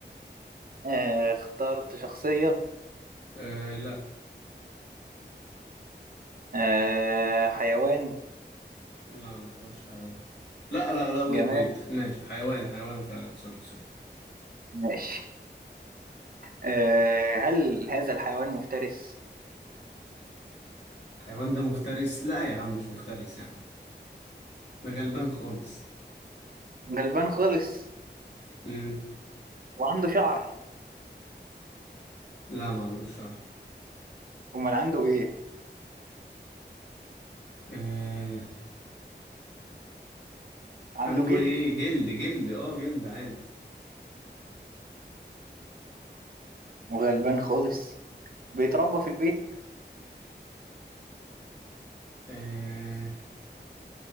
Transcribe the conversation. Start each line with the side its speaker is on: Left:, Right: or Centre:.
Right: آه اخترت شخصية
Left: آه لا
Right: آه حيوان
Left: لا ما اخترتش حيوان لا لا لا ويت
Right: جماد
Left: ويت ماشي حيوان حيوان فعلا سوري سوري
Right: ماشي آه هل هذا الحيوان مفترس
Left: حيوان ده مفترس لا يا عم مش مفترس يعني ده غلبان خالص
Right: غلبان خالص
Left: مم.
Right: وعنده شعر
Left: لا ما عندوش شعر
Right: امال عنده ايه
Left: آه
Right: عنده
Left: عنده
Right: جلد
Left: ايه جلد جلد اه جلد عادي
Right: وغلبان خالص بيتربى في البيت
Left: آه